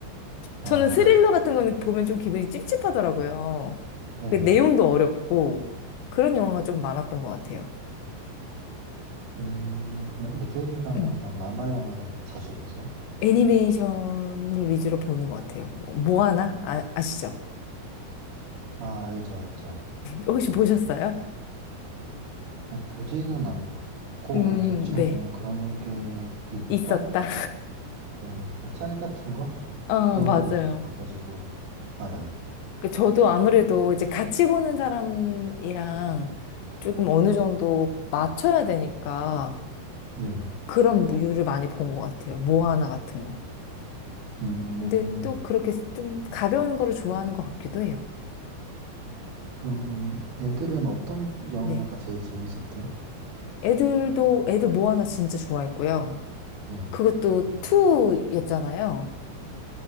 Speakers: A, on the right (about 50°); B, on the left (about 75°).
A: 아,
B: 저는 스릴러 같은 거는 보면 좀 기분이 찝찝하더라고요.
A: <laughs> 네.
B: 그 내용도 어렵고 그런 영화가 좀 많았던 것 같아요.
A: 음, 그럼 애들이랑
B: 음.
A: 그런 만화 영화를 자주 보세요?
B: 애니메이션을 위주로 보는 것 같아요. 뭐, 모아나? 아, 아시죠?
A: 아, 알죠, 알죠.
B: 혹시 보셨어요?
A: 네, 보지는 않고,
B: 음,
A: 그냥 대충
B: 네.
A: 그냥 그런 게 있다?
B: 있었다.
A: 네, 그냥 짤 같은 거?
B: <laughs> 어,
A: 그런
B: 맞아요.
A: 거만 좀 봐가지고 알아요.
B: 그 저도 아무래도 이제 같이 보는 사람이랑 조금 어느 정도 맞춰야 되니까
A: 네.
B: 그런 류를 많이 본 것 같아요. 모아나 같은 거.
A: 음,
B: 근데 또 그렇게 좀 가벼운 거를 좋아하는 것 같기도 해요.
A: 그럼 애들은 어떤 영화가
B: 네.
A: 제일 재밌었대요?
B: 애들도, 애들 모아나 진짜 좋아했고요.
A: 네.
B: 그것도 2였잖아요.